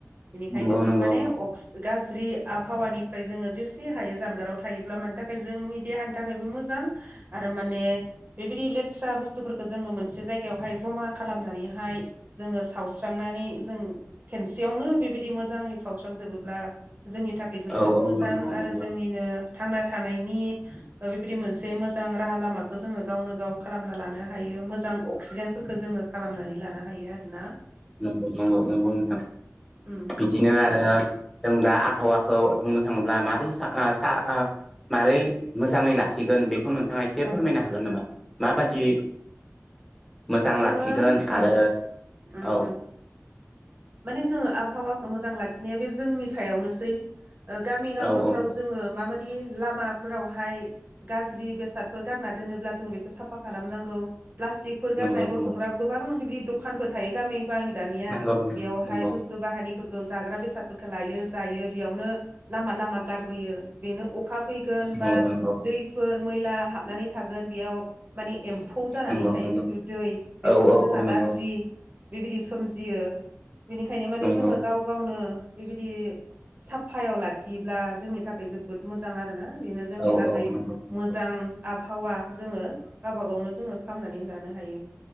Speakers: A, on the right (about 35°); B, in the centre.
A: बेनिखायनो
B: नंगौ
A: जोङो
B: नंगौ
A: माने <unintelligible> गाज्रि आबहावानिफ्राय जोङो जेसे हायो जानगाराव थायोब्ला मानि थाखाय जोंनि देहानि थाखायबो मोजां। आरो माने बेबायदि लेथ्रा बुस्थुफोरखौ जोङो मोनसे जायगहाय जमा खालामनानै <unintelligible> जोङो सावस्रांनानै जों खेनसेयावनो बेबायदि मोजाङै सावस्रांजोबोब्ला जोंनि थाखाय जोबोद
B: औ औ
A: मोजां
B: नंगौ नंगौ
A: आरो जोंनिनो थांना थानायनि बेबायदि मोनसे मोजां राहा -लामाखौ जोङो गावनो -गाव खालामना लानो हायो। मोजां अक्सिजेनफोरखौ जोङो खालामनानै लानो हायो आरोना।
B: नंगौ नंगौ नंगौ नोंथां
A: उम
B: बिदिनो आरो जों दा आबहावाखौ बुंनो थाङोब्ला माबारै <unintelligible> मारै मोजाङै लाखिगोन बेखौ नोंथाङा एसे
A: औ
B: फोरमायनो हागोन नामा माबादि
A: औ
B: मोजां
A: जोङो
B: लाखिगोन आरो
A: ओम ओम
B: औ
A: ओम माने जोङो आबहावाखौ मोजां लाखिनाया बे जोंनि सायावनोसै गामि गांखनफ्राव
B: औ औ
A: जोङो माबायदि लामाफोरावहाय गाज्रि बेसादफोर गारना दोनोब्ला जोङो बेखौ साफा खालामनांगौ प्लास्टिक <unintelligible> गारनाय
B: नंगौ
A: गथ'फ्रा
B: नंगौ
A: गोबां बिबदि दखानफोर थायो गामि गोबां बि दानिया
B: नंगौ
A: बेयावहाय
B: नंगौ
A: बुस्थु बाहायानिफोरखौ जाग्रा बेसादफोरखौ लायो जायो बेयावनो लामा- लामा गारबोयो बेनो <unintelligible> अखा फैगोन
B: नंगौ
A: बा
B: नंगौ
A: दैफोर मैला हाबनानै थागोन बेयाव माने एम्फौ जानानै
B: नंगौ
A: थायो
B: नंगौ
A: जिथु दै बेफोरबो
B: औ औ
A: जोंहा
B: औ नंगौ
A: गाज्रि बेबायदि सोमजियो। बेनिखायनो माने
B: नंगौ
A: जोङो गाव -गावनो बेबायदि साफायाव लाखियोब्ला जोंनि थाखाय जोबोद मोजां आरो। <unintelligible> बेनो जोंनि
B: औ
A: लागै
B: औ नंगौ
A: मोजां आबहावा जोङो गावबा -गावनो जोङो खामनानै लानो हायो।